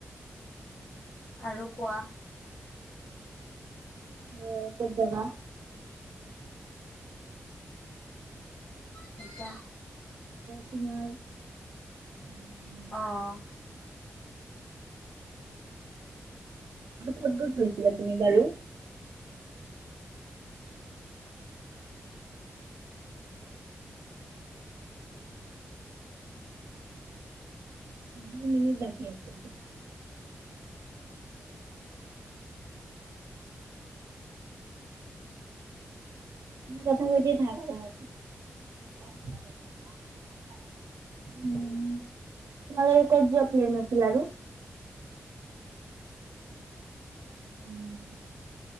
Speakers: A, on the left; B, on the right.
A: আৰু কোৱা।
B: উম। ক'ত যাবা।
A: সেইটো
B: তোমাৰ উম
A: অহ।
B: আৰু ক'ত গ'ত গৈছিলা তুমি বাৰু। দুই মিনিট বাকী আছে। কথা পাতি থাক তোমালোকৰ ক'ত কোৱা প্লেন আছিল আৰু। <inaudible>